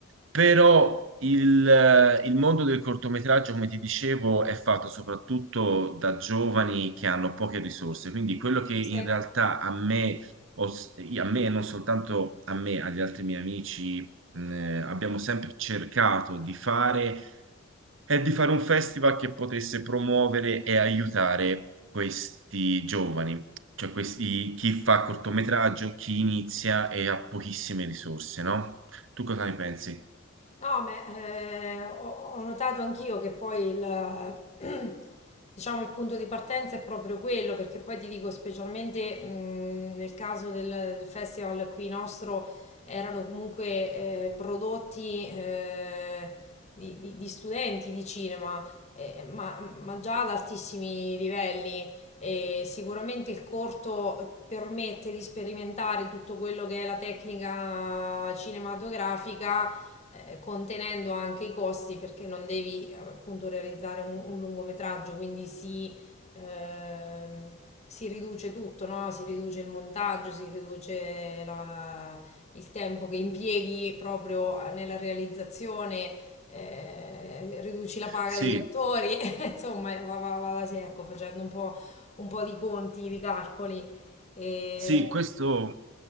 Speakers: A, on the right; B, on the left.
A: però il, il mondo del cortometraggio, come ti dicevo, è fatto soprattutto da giovani che hanno poche risorse, quindi quello che in
B: sì.
A: realtà a me ho s- a me, non soltanto a me, agli altri miei amici, mh, eh, abbiamo sempre cercato di fare, è di fare un festival che potesse promuovere e aiutare questi giovani, cioè questi, chi fa cortometraggio, chi inizia e ha pochissime risorse, no? Tu cosa ne pensi?
B: No, ma eh, ho, ho notato anch'io che poi il, <clears throat> diciamo, il punto di partenza è proprio quello, perché poi ti dico, specialmente mh, nel caso del, del festival qui nostro, erano comunque eh, prodotti eh, di, di- di studenti di cinema, eh, ma, ma già ad altissimi livelli. E sicuramente il corto permette di sperimentare tutto quello che è la tecnica cinematografica eh, contenendo anche i costi perché non devi eh, appunto realizzare un, un lungometraggio, quindi si, ehm, si riduce tutto, no? Si riduce il montaggio, si riduce la- il tempo che impieghi proprio nella realizzazione, eh, riduci la paga
A: Sì,
B: degli attori, <laughs> insomma va, va, va da sé, ecco, facendo un po', un po' di conti, di calcoli. E...
A: sì, questo